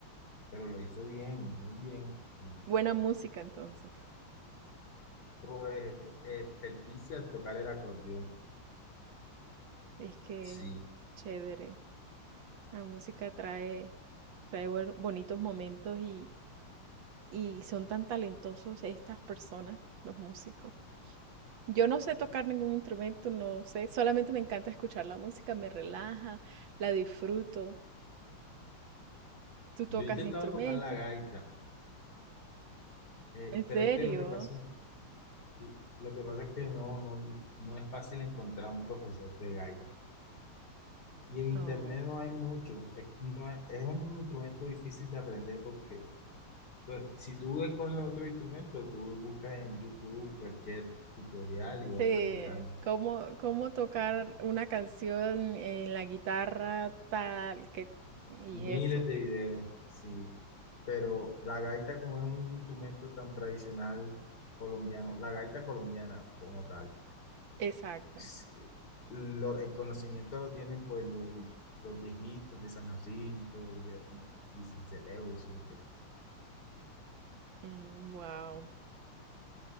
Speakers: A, on the left (about 45°); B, on the right (about 65°).
A: Pero lo hizo bien, muy bien. Sí.
B: Buena música entonces.
A: Tuvo eh, eh, experticia al tocar el acordeón.
B: Es que
A: Sí.
B: chévere. La música trae, trae buen- bonitos momentos y, y son tan talentosos estas personas, los músicos. Yo no sé tocar ningún instrumento, no sé, solamente me encanta escuchar la música, me relaja, la disfruto. ¿Tú tocas
A: Yo he intentado
B: instrumentos?
A: tocar la gaita, eh,
B: ¿En serio?
A: pero es que lo que pasa, y lo que pasa es que no, no, no es fácil encontrar un profesor de gaita. Y en internet
B: Oh.
A: no hay mucho. Es, no es es un instrumento difícil de aprender porque Pues si tú escoges otro instrumento, tú buscas en YouTube cualquier tutorial y vas
B: Sí,
A: practicando
B: cómo, cómo tocar una canción en la guitarra tal que y
A: miles
B: eso,
A: de videos, sí. Pero la gaita como es un instrumento tan tradicional colombiano, la gaita colombiana como tal,
B: exacto.
A: sí, lo- el conocimiento lo tienen pues los, los viejitos de San Jacinto y, y, y Sincelejo y Sucre,
B: wow.